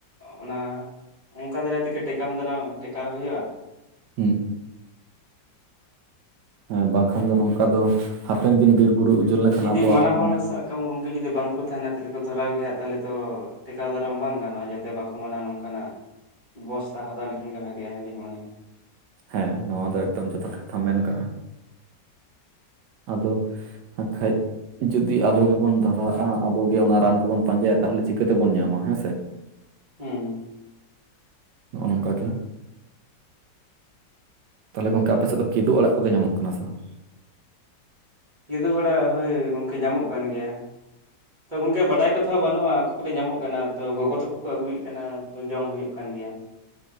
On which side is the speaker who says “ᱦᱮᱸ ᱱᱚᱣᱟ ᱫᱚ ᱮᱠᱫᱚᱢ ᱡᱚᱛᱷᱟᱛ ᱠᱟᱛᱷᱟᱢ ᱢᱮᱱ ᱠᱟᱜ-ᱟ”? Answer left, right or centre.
Right